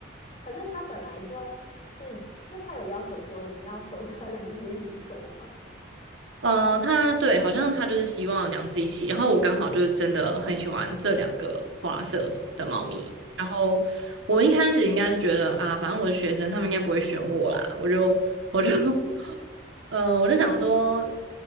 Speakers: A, on the left; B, on the right.
A: 可是他本来就是，就他有要求说你要收，就要两只一起收吗？
B: 呃，它对，好像它就是希望两只一起。然后我刚好就是真的很喜欢这两个花色的猫咪。
A: 嗯，
B: 然后我一开始应该是觉得啊，反正我是学生，他们应该不会选我啦。我就我就 <laughs> 呃，我就想说，